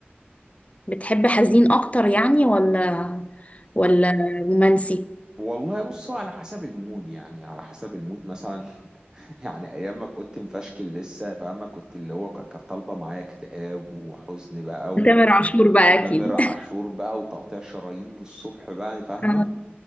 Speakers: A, on the left; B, on the right.
A: بتحب حزين اكتر يعني ولا ولا رومانسي
B: والله بصوا على حسب المود يعني على حسب المود مثلا <laughs> يعني ايام ما كنت مفشكل لسه فاهمة كنت اللي هو ك- كانت طالبه معايا اكتئاب وحزن بقى و...
A: تامر عاشور بقى
B: وتامر
A: اكيد
B: عاشور
A: <laughs>
B: بقى وتقطيع شرايين للصبح بقى فاهمه
A: اه